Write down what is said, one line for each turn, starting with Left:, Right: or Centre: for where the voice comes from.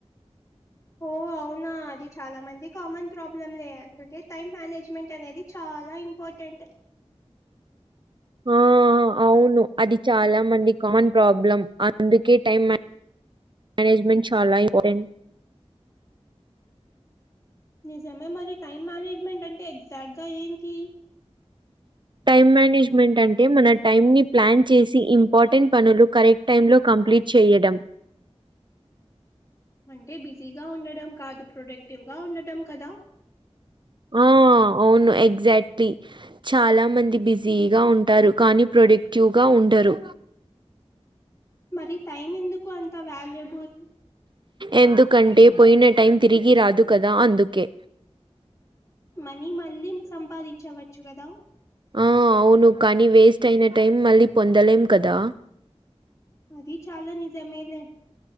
Left: ఓ అవునా అది చాలా మంది కామన్ ప్రాబ్లమ్లే అందుకే టైం మ్యానే. జ్మెంట్ అనేది చాలా ఇంపార్టెంట్
Right: ఆ అవును అది చాలా మంది కమన్ ప్రాబ్లం అందుకే టైం మ్యా. మ్యనేజమెట్ చాలా ఇంపార్టెంట్.
Left: నిజమే మరి టైం మేనేజ్మెంట్ అంటే ఎగ్జాక్ట్ గా ఏంటి
Right: టైమ్ మేనేజ్మెంట్ అంటే? మన టైమ్ ని ప్లాన్ చేసి ఇంపార్టెంట్ పనులు కరె. ఇట్ టైమ్ లో కంప్లీట్ చేయడం
Left: అంటే బిజీగా ఉండడం కాదు ప్రొడక్టివ్గా ఉండటం కదా
Right: ఆ అవును ఎగ్జాక్ట్లీ చాలా మంది బిజీగా ఉంటారు కానీ ప్రొడక్టివ్ గా ఉ ఉండరు
Left: మరి టైం ఎందుకు అంత వాల్యుబుల్
Right: ఎందుకంటే పోయిన టైం తిరిగి రాదు కదా అందుకే
Left: మనీ మళ్ళీ సంపాదించవచ్చు కదా
Right: ఆ అవును కానీ వేస్ట్ అయిన టైం మళ్ళీ పొందలేం కదా
Left: అది చాలా నిజ మేలే